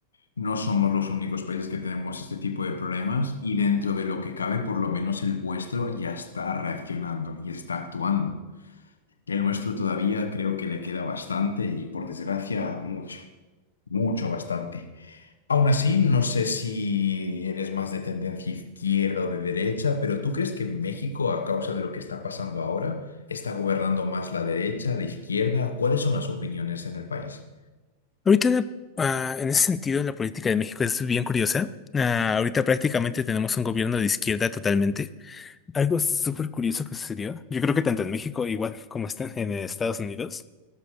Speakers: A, on the left; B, on the left.
A: no somos los únicos países que tenemos este tipo de problemas y dentro de lo que cabe, por lo menos el vuestro ya está reaccionando y está actuando. El nuestro todavía creo que le queda bastante y por desgracia mucho, mucho bastante. Aún así, no sé si eres más de tendencia izquierda o de derecha, pero ¿tú crees que en México, a causa de lo que está pasando ahora, está gobernando más la derecha, la izquierda? ¿Cuáles son las opiniones en el país?
B: Ahorita, la- ah, en ese sentido, la política de México es bien curiosa. Ah, ahorita prácticamente tenemos un gobierno de izquierda totalmente. Algo súper curioso que sucedió. Yo creo que tanto en México, igual como están en Estados Unidos.